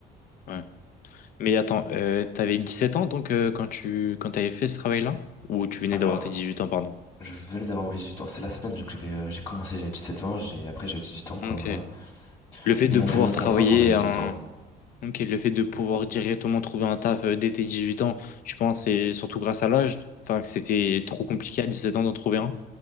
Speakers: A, on the left; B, on the left.
A: Ouais. Mais attends, euh, t'avais sept ans donc euh, quand tu quand t'avais fait ce travail-là? Ou tu venais
B: Alors,
A: d'avoir tes 18 ans, pardon.
B: Je venais d'avoir mes 18 ans. C'est la semaine donc j'avais euh, j'ai commencé j'avais 17 ans, j'ai après j'avais 18 ans quoi
A: Ok.
B: voilà.
A: Le fait de
B: Ils m'ont
A: pouvoir
B: fait mon
A: travailler
B: contrat quand j'avais 18
A: un.
B: ans.
A: Ok, le fait de pouvoir directement trouver un taf euh, dès tes 18 ans, je pense c'est surtout grâce à l'âge. Enfin, que c'était trop compliqué à 17 ans d'en trouver un.